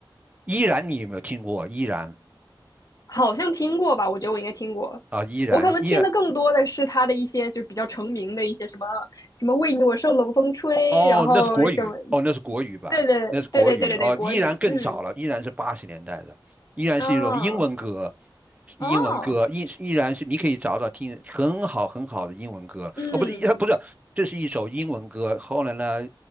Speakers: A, on the right; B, on the left.
A: 依然你有没有听过？依然
B: 好像听过吧？我觉得我应该听过。
A: 啊，依然依然
B: 我可能听的更多的是他的一些就比较成名的一些什么什么为你我受冷风吹，
A: 哦，
B: 然后什么，
A: 那是国语，哦，那是国语版，
B: 对对对对对对对，
A: 那是国语，哦，
B: 国语，
A: 依然更早了，
B: 嗯，
A: 依然是八十年代的，依然是一种英文歌，
B: 哦
A: 英文歌，
B: 哦，
A: 依依然是你可以找找听很好很好的英文歌，
B: 嗯，
A: 哦，不是，一不是，这是一首英文歌，后来呢，